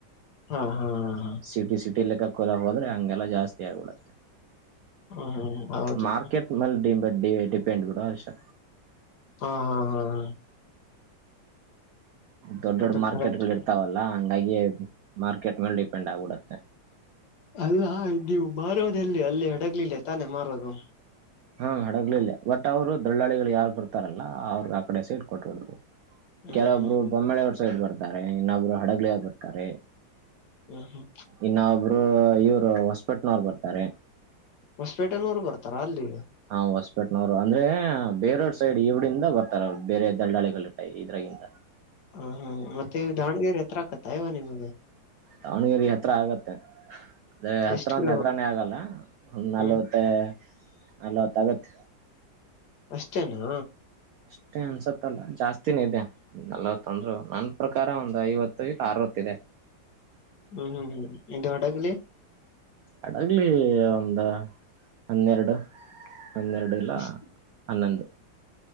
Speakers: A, on the left (about 65°); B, on the right (about 85°).
A: ಹಾ ಹಾ ಹಾ
B: ಸಿಟಿ ಸಿಟಿಲ್ಲಿ ಕಕ್ಕೋಲ ಹೋದ್ರೆ ಹಂಗೆಲ್ಲ ಜಾಸ್ತಿ ಆಗಿಬಿಡುತ್ತೆ
A: ಹಾ ಹ್ಮ್ ಹೌದು
B: ಮಾರ್ಕೆಟ್ ಮೇಲೆ ಡಿ ಡಿಪೆಂಡ್ ಬಿಡುವ ಹರ್ಷಾ
A: ಹಾ ಹಾ ಹಾ ಹಾ
B: ದೊಡ್ಡ ದೊಡ್ಡ
A: ಅದು
B: ಮಾರ್ಕೆಟ್
A: ಕರೆಕ್ಟ್
B: ಗಳು ಇರ್ತಾವ ಲ್ಲ ಹಂಗಾಗಿ ಮಾರ್ಕೆಟ್ ಮೇಲ್ ಡಿಪೆಂಡ್ ಆಗ್ಬಿಡುತ್ತೆ
A: ಅಲ್ಲ ನೀವು ಮಾರೋದೆಲ್ಲಿ ಅಲ್ಲಿ ಹಡಗ್ಲಿಲ್ಲ ತಾನೇ ಮಾರೋದು
B: ಹಾ ಹಡಗಲಿಯಲ್ಲಿ ಬಟ್ ಅವ್ರು ದಲ್ಲಾಳಿಗಳು ಯಾರು ಬರ್ತಾರಲ್ಲಾ ಅವರು ಆ ಕಡೆ ಸೈಡ್ ಕೊಟ್ಟ ಬಿಡು ದ
A: ಹ್ಮ್
B: ಕೆಲವೊಬ್ರು
A: ಹ್ಮ್ ಹ್ಮ್
B: ಬೊಮ್ಮಳಿವ ಸೈಡ್ ಬರ್ತಾರೆ ಇನ್ನೊಬ್ರು ಹಡಗ್ಲಿಯಾಗ ಬರ್ತಾರೆ
A: ಹ್ಮ್ ಹ್ಮ್
B: ಇನ್ನ ಒಬ್ರು ಇವ್ರು ಹೊಸಪೆಟ್ನವರು ಬರ್ತಾರೆ
A: ಹೊಸಪೇಟೆನೂರು ಬರ್ತಾರ ಅಲ್ಲಿಗ
B: ಹಾ ಹೊಸಪೇಟ ನವರು ಅಂದ್ರೆ ಬೇರೋಡ್ ಸೈಡ್ ಇವಡಿಂದ ಬರ್ತಾರಲ್ ಬೇರೆ ದಲ್ಲಾಳಿಗಳ ಇದ್ರಾಗಿಂತ
A: ಹ ಹ್ಮ್ ಮತ್ತೆ ದಾವಣಗೆರೆ ಹತ್ರ ಆಕತ್ತ ಇವ ನಿಮ್ಗೆ
B: ದಾವಣಗೆರೆ ಹತ್ರ ಆಗತ್ತೆ ಅದ್ರೆ ಹತ್ರ
A: ಎಷ್ಟು
B: ಅಂದ್ರೆ
A: ಕಿಲೋಮೀಟರ್
B: ಹತ್ರಾನೇ ಆಗಲ್ಲ ಒಂದ್ ನಲ್ವತ್ತು
A: ಹ್ಮ್
B: ಮತ್ತೆ ನಲವತ ಆಗತ್ತ
A: ಅಷ್ಟೇನಾ
B: ಅಷ್ಟೇ ಅನ್ಸತ್ತಲ್ಲ ಜಾಸ್ತಿನೆ ಇದೆ. ನಲ್ವತೊಂದ್ರು ನನ್ ಪ್ರಕಾರ ಒಂದು ಐವತ್ತು ಇಲ್ಲ ಅರವತ್ತ ಇದೆ.
A: ಹ್ಮ್ ಹ್ಮ್ ಹ್ಮ್ ಇದು ಹಡಾಗಲಿ
B: ಅಡಗ್ಲಿ ಒಂದ ಹನ್ನೆರಡು ಹನ್ನೆರಡು ಇಲ್ಲ
A: ಅಷ್ಟ
B: ಹನ್ನೊಂದು.